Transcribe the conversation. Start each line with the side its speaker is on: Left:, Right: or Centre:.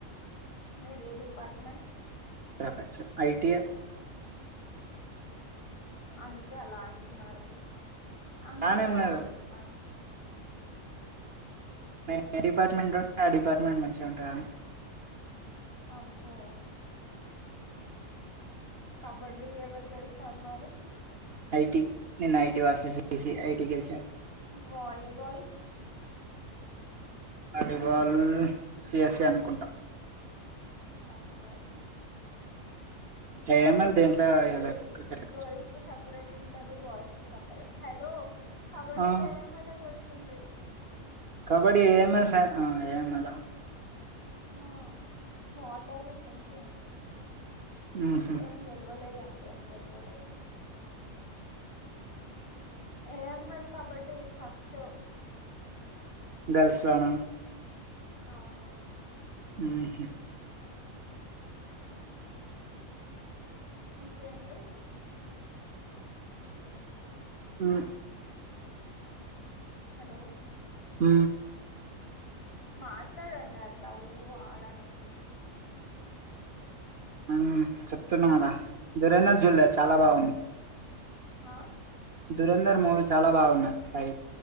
Left: మీర్ ఏ డిపార్ట్మెంట్
Right: ప్రపంచం ఐటిఐ
Left: అందుకే అలా అంటున్నారు అందుకే
Right: బానే
Left: అలా
Right: ఉన్నది
Left: అంటున్నాను
Right: నేను ఏ డిపార్ట్మెంట్లో ఉంటే ఆ డిపార్ట్మెంట్ మంచిగా ఉంటదా
Left: అబ్బో కబడ్డీ ఎవరు గెలిచారు మరి
Right: ఐటి నేను ఐటి వర్సస్ ఏసీ ఐటి గెలిసా
Left: వాలీబాల్
Right: వాలీబాల్ సిఎస్ఏ అనుకుంటా
Left: ఓకే
Right: ఏఎంఎల్ దేంట్లో
Left: గర్ల్స్
Right: ఎయ్యలే క్రికెట్
Left: గర్ల్స్ కి సెపరేట్ ఉంటది బాయ్స్ కి కి సెప హలో కబడ్డీ
Right: ఆ
Left: ఏఎంఎలా గెలుసు తుంది
Right: కబడ్డీ ఏన్ ఏ ఫాన్ ఆ ఏమెల
Left: ఆ వాట్ ఆర్ యూ థింకింగ్
Right: ఉహు
Left: ఏం గెలవ లేదన్ ఏం గెలవలేదు ఏఎంఎల్ కబడ్డీ ఫస్ట్
Right: గర్ల్స్ లోన
Left: అవును
Right: హుహు
Left: ఇంకేంటి
Right: ఉ
Left: హలో
Right: ఊ
Left: మాట్లాడండి అట్లా ఊ అలా అనొద్దు
Right: ఆ చెప్తున్నావు కదా దురంధర్ చూల్లా చాలా బాగుంది
Left: హా
Right: దురంధర్ మూవీ చాలా బాగున్నాయి సాయి